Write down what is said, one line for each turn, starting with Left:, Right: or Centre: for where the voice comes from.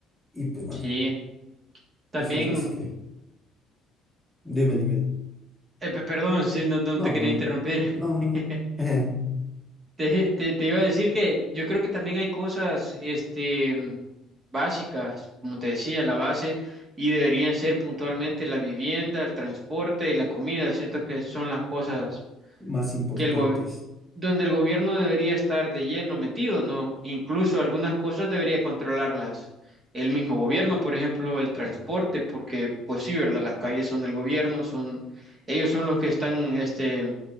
Centre: Y pues bueno,
Right: Sí, también,
Centre: pues o sea, es que dime, dime.
Right: eh, pe- perdón, sí, no, no
Centre: No,
Right: te quería
Centre: no, no.
Right: interrumpir.
Centre: No, no,
Right: <laughs>
Centre: no. <laughs>
Right: Te, te, te iba a decir que yo creo que también hay cosas, este, mm, básicas, como te decía, la base, y deberían ser puntualmente la vivienda, el transporte y la comida. Siento que son las cosas
Centre: Más importantes.
Right: que el gobi- donde el gobierno debería estar de lleno metido, ¿no? Incluso algunas cosas debería controlarlas el mismo gobierno, por ejemplo, el transporte, porque pues sí, ¿verdad? Las calles son del gobierno, son ellos son los que están, este,